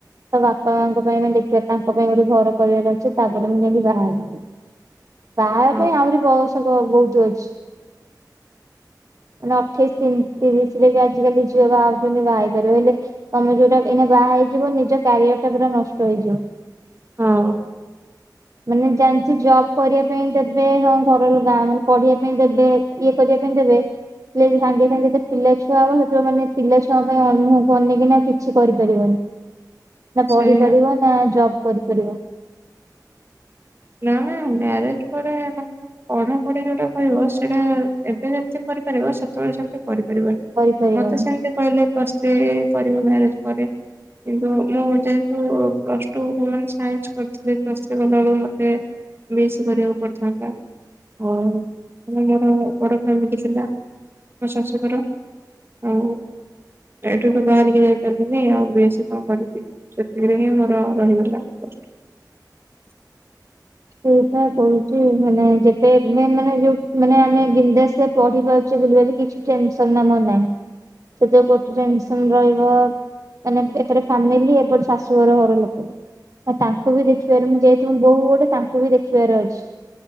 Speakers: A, on the right (about 50°); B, on the right (about 35°).
A: ତା ବାପା ମାଙ୍କ ପାଇଁ ମାନ ଦେଖିବା ତାଙ୍କ ପାଇଁ ଗୋଟେ ଘର କରିବାର ଅଛି ତାପରେ ମୁଁ ଯାଇକି ବାହାରିଥିଲି
B: <inaudible>
A: ବାହା ହେ
B: ହଁ
A: ପାଇଁ ଆହୁରି ବୟସ ବହୁତ ଅଛି ମାନେ ଅଠେଇଶି ତିରିଶ ରେ ବି ଆଜିକାଲି ଝିଅ ବା ଛନ୍ତି ବା ପାରିୟେ ହେଲେ ତମେ ଯୋଉଟା ଏଇନା ବାହା ହେଇଯିବ ନିଜ କ୍ୟାରିୟର ଟା ପୁରା ନଷ୍ଟ ହେଇଯିବ।
B: ହଁ
A: ମାନେ ଜା କିଛି ଜବ୍ କରିବା ପାଇଁ ଦେବେ ହଁ ଘର ଲୋକ ଗାଁ ମାନେ ପଢିବା ପାଇଁ ଦେବେ ଇଏ କରିବା ପାଇଁ ଦେବେ। ପଲେ ସାଙ୍ଗେ ସାଙ୍ଗେ ତ ପିଲ ଛୁଆ ହଵ। ଛୁଆ ମାନେ ପିଲା ଛୁଆ ପାଇଁ ମୁହଁ କୁ ଅନେଇକିନା କରୁନି କିଛି କରିପାରିବନି ନା
B: ସେଇଆ
A: ପଢିପାରିବେ ନା ଜବ୍ କରିପାରିବ।
B: ନା ନା ମ୍ୟାରେଜ ପରେ ପଢାପଢି ଯୋଉଟା କହିବ ସେଇଟା ଏବେ ଯେମିତି କରିପାରିବ ସେତେବେଳେ ସେମତି କରିପାରିବନି।
A: କରିପାରିବନି।
B: ମତେ ସେମିତି କହିଲେ ପ୍ଲସ ଥ୍ରି କରିବୁ ମ୍ୟାରେଜ ପରେ। କିନ୍ତୁ ମୁଁ ଯେହେତୁ ପ୍ଲସ ଟୁ ମାନେ ସାଇନ୍ସ କରିଥିଲି ପ୍ଲସ ଥ୍ରି କଲା ଏଳକୁ ମ ସେ ବି ଏସ ସି କରିବାକୁ ପଡିଥାନ୍ତା। ହଁ ମୋର ବଡ଼ ଫ୍ୟାମିଲି ଥିଲା ମୋ ଶାଶୁଘର ଆଉ ଏଠୁ ତ ବାହାରିକି ଯାଇପାରିଲିନି ଆଉ ବେଶୀ କଣ କରିବି ସେତିକରେ ହିଁ ମୋର ରହିଗଲା <unintelligible>
A: ସେଇଟା କହୁଛି ମାନେ ଯେବେ ଏବେ ମାନେ ଯୋଉ ମାନେ ଆମେ ବିନ୍ଦାଶରେ ପଢି ପାରୁଛେ ବୁଲି ପାରୁଛେ କିଛି ଟେନସନ ନାମ ନାହିଁ ସେ ଯ ଗୋଟେ ଟେନସନ ରହିବ ମାନେ ଏପରେ ଫ୍ୟାମିଲି ଏପଟ ଶାଶୁ ଘର ଘର ଲୋକ ବି ଆଉ ତାଙ୍କୁ ବି ଦେଖିବାରେ ମୁଁ ଯାଇଥିବ ବୋଉ ଗୋଟେ ତାଙ୍କୁ ବି ଦେଖିବାର ଅଛି